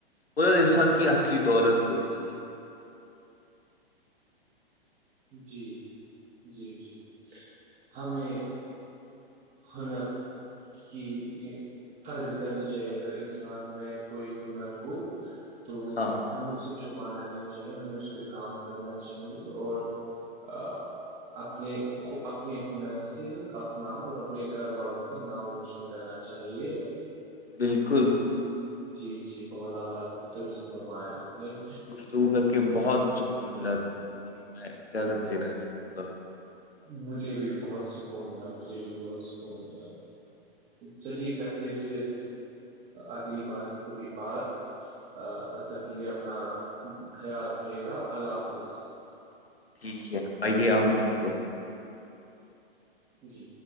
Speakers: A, on the left; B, on the right.
A: ادھر انسان کی اصلی دولت ہوتی ہے
B: جی جی جی ہمیں ہنر کی یہ قادر کرنی چاہیے اگر انسان میں کوئی ہنر ہو تو
A: ہاں
B: ہمیں اسے چھپانا نہیں چاہیے ہمیں اس پہ کام کرنا چاہیے اور
A: <inaudible>
B: آ، اپنے اپنے ہنر سے اپنا اور اپنے گھر والوں کا نام روشن کرنا چاہے
A: بالکل
B: جی جی ت درست اور میں اپنے
A: تو کر کے بہت سکون ملا دل کو میں اجازت لینا چاہوں گا
B: مجھے بھی بہت سکون ملا مجھے بھی بہت سکون ملا چلیے کرتے ہو پھر اگلی بار کبھی بات ا تب تک کے لیے اپنا خیال رکھیے گا اللہ حافظ
A: ٹھیک ہے آئیے آپ ملتے
B: جی